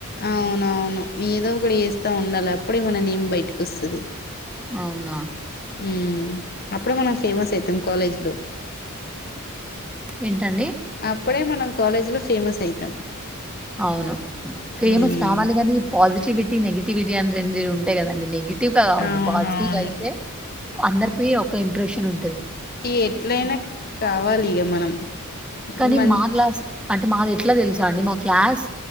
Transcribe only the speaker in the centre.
అవునా
ఏంటండి?
అవును ఫేమస్
కావాలి కాని పాజిటివిటీ నెగిటి్ టీ అని రెండు ఉంటాయి కదండి నెగిటివ్గా కాద్దు
పాజిటివ్ గా అయితే అందరి ప ఒక ఇంప్రెషన్ ఉంటుది
కానీ
మా గ్లాస్ అంటే అే మాది ఎట్లా తెలుసా అండి మా క్లాస్